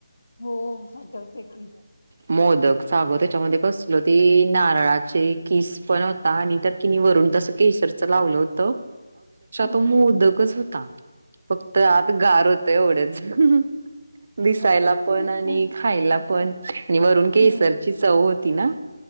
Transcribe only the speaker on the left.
हो आठवते की-
हम्म
हम्म
हम्म